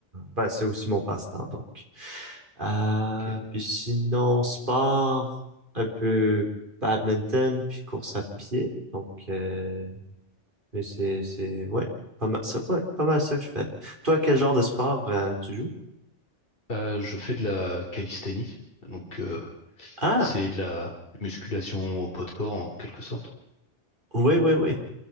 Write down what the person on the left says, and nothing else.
ok.
Euh, je fais de la calisthénie. Donc, euh,
c'est de la musculation au poids de corps en quelque sorte.